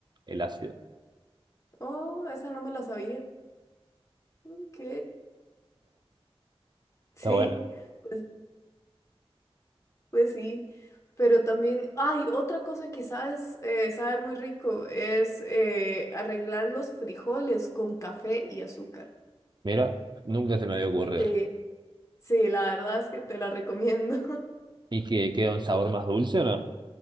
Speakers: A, on the right (about 45°); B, on the left (about 30°).
A: el ácido.
B: Oh, esa no me la sabía. Ok,
A: <laughs>
B: <laughs> sí,
A: Está bueno.
B: pues, pues sí. Pero también, ay, otra cosa que sabes, eh, sabe muy rico es eh, arreglar los frijoles con café y azúcar.
A: Mira, nunca se me había ocurrido.
B: Sí, sí, la verdad es que te la recomiendo.
A: ¿Y que queda un sabor más dulce o no?